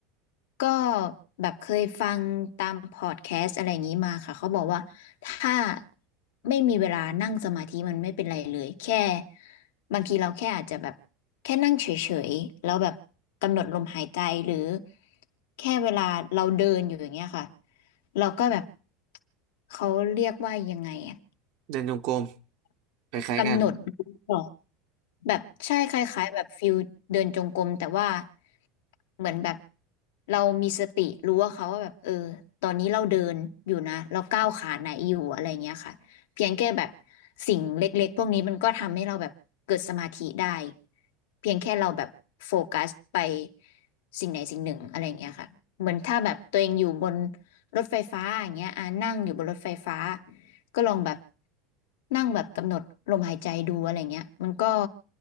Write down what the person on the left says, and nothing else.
ก็แบบเคยฟังตามพอดแคสต์อะไรอย่างนี้มาค่ะเขาบอกว่าถ้าไม่มีเวลานั่งสมาธิมันไม่เป็นไรเลยแค่บางทีเราแค่อาจจะแบบแค่นั่งเฉยๆแล้วแบบกำหนดลมหายใจหรือแค่เวลาเราเดินอยู่อย่างเงี้ยค่ะเราก็แบบเขาเรียกว่ายังไงอะ
กำหนดรู้ก่อนแบบใช่คล้ายๆแบบฟิลเดินจงกรมแต่ว่า เหมือนแบบเรามีสติรู้ว่าเขาว่าแบบเออตอนนี้เราเดินอยู่นะเราก้าวขาไหนอยู่อะไรเงี้ยค่ะเพียงแค่แบบสิ่งเล็กๆพวกนี้มันก็ทำให้เราแบบเกิดสมาธิได้เพียงแค่เราแบบโฟกัสไปสิ่งไหนสิ่งหนึ่งอะไรเงี้ยค่ะเหมือนถ้าแบบตัวเองอยู่บนรถไฟฟ้าอย่างเงี้ยอ่านั่งอยู่บนรถไฟฟ้าก็ลองแบบนั่งแบบกำหนดลมหายใจดูอะไรเงี้ยมันก็